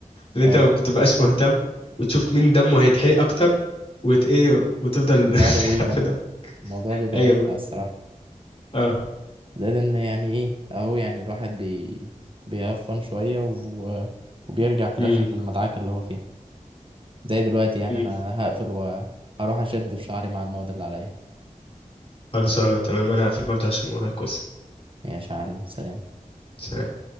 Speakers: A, on the right (about 40°); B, on the left (about 45°).
A: ف
B: اللي انت ما بتبقاش مهتم وتشوف مين دمه هيتحرق اكتر وت ايه وتفضل
A: بقعد اغيظ
B: <laughs> تحرق
A: انا
B: في دم
A: الموضوع بيبقى
B: ايوه
A: ممتع الصراحة
B: اه
A: زائد ان يعني ايه اهو يعني الواحد بي بيهفن شوية و... وبيرجع في
B: امم
A: الاخر للمدعكة اللي هو فيها زي دلوقتي يعني
B: أمم.
A: انا هقفل وهروح اشد في شعري مع المواد اللي عليا
B: خلاص انا تمام انا هقفل برضه عشان ورايا كويس
A: ماشي يا معلم سلام
B: سلام